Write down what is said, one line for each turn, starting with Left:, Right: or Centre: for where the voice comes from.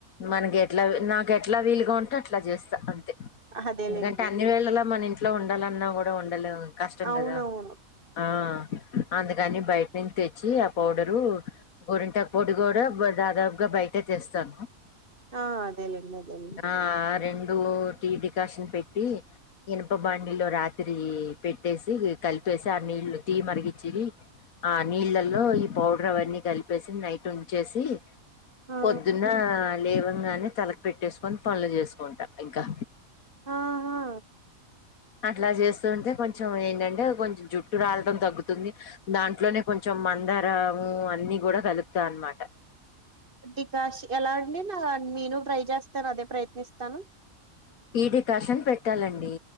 Left: మనకి ఎట్లా నాకు ఎట్లా వీలుగా ఉంటే అట్లా చేస్తా అంతే
Right: అదేలేండి
Left: ఎందుకంటే అ అని వేళలా మన ఇంట్లో ఉండాలన్నా కూడా ఉండలేం కష్టం
Right: అవునవును
Left: కదా ఆ అందుకని బయట నుంచి తెచ్చి ఆ పౌడరు గోరింటాకు పొడి కూడా దాదాపుగా బయటే తెస్తను
Right: ఆ అదేలేండి అదేలేండి
Left: ఆ రెండు టి డికాషన్ పెట్టి ఇనుప బండిలో రాత్రి ఉం పెట్టేసి కలిపేసి ఆ నీళ్ళు టీ మరిగచ్చివి ఆ నీళ్ళలో ఈ పౌడర్ అవన్నీ కలిపేసి నైట్ ఉంచేసి
Right: ఆ
Left: పొద్దున్న లేవంగానే తలకి పెట్టేసుకొని పనులు చేసుకుంటా ఇంకా
Right: ఆహా
Left: అట్లా చేస్తుంటే కొంచెం ఏంటంటే కొంచెం జుట్టు రాలడం తగ్గుతుంది. దాంట్లోనే కొంచెం మందారము అన్ని కూడా కలుపుతా అన్నమాట
Right: ఇ కాశ ఎలా అండి నా నేను ట్రై చేస్తాను అదే ప్రయత్నిస్తాను.
Left: ఈడికాషన్ పెట్టాలండి